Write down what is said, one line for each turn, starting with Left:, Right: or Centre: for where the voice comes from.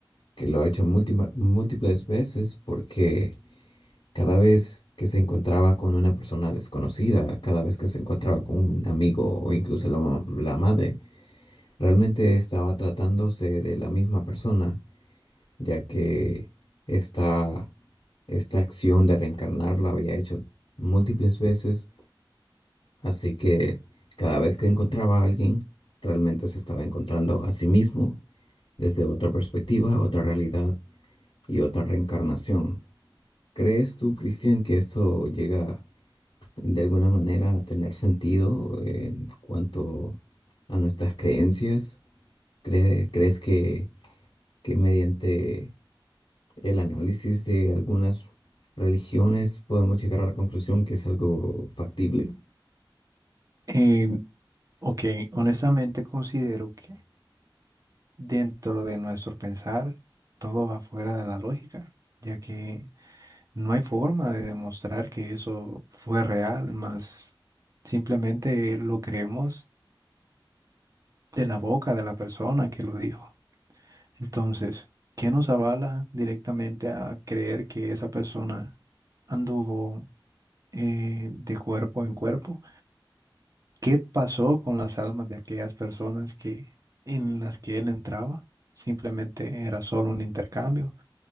Left: que lo ha hecho múltima- múltiples veces porque cada vez que se encontraba con una persona desconocida, cada vez que se encontraba con un amigo o incluso la, ma- la madre, realmente estaba tratándose de la misma persona, ya que esta, esta acción de reencarnar la había hecho múltiples veces, así que cada vez que encontraba a alguien, realmente se estaba encontrando a sí mismo desde otra perspectiva, otra realidad y otra reencarnación. ¿Crees tú, Cristian, que esto llega de alguna manera a tener sentido en cuanto a nuestras creencias? ¿Crees, crees que, que mediante el análisis de algunas religiones podemos llegar a la conclusión que es algo factible?
Right: Eh, ok, honestamente considero que dentro de nuestro pensar todo va fuera de la lógica, ya que No hay forma de demostrar que eso fue real, más simplemente lo creemos de la boca de la persona que lo dijo. Entonces, ¿qué nos avala directamente a creer que esa persona anduvo eh, de cuerpo en cuerpo? ¿Qué pasó con las almas de aquellas personas que en las que él entraba? Simplemente era solo un intercambio.